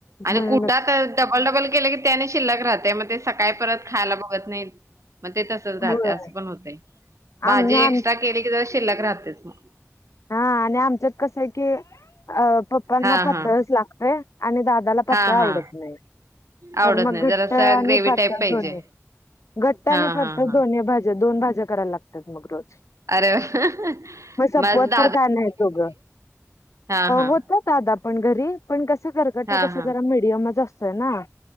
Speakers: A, on the right (about 75°); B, on the left (about 75°).
A: आणि
B: म्हणूनच
A: कुटात डबल डबल केल की ते आणि शिल्लक राहतय मग ते सकाळी परत खायला बघत नाही. मग ते तसच राहते
B: होय
A: अस पण होतय भाजी
B: आम
A: एक्स्ट्रा
B: आम
A: केली की शिल्लक राहतेच मग.
B: हां आणि आमच्यात कसय की पप्पांना
A: हा
B: पातळच
A: हा
B: लागतय आणि दादा ला पातळ
A: हा
B: आवडत
A: हा
B: नाही
A: आवडत
B: तर मग
A: नाही जरा
B: घट्ट आणि
A: ग्रेव्ही
B: पातळ
A: टाईप पाहिजे
B: दोन्ही. घट्ट आणि
A: हा
B: पातळ
A: हा हा
B: दोन्ही भाज्या दोन भाज्या करायला लागतात मग रोज.
A: अरे वा
B: मग सपवत
A: म <unintelligible>
B: तर काय नाही दोघ
A: हा हा
B: होता दादा पण घरी पण कस कर टा
A: हा
B: कसा
A: हा
B: जरा मिडियमच असतोय ना.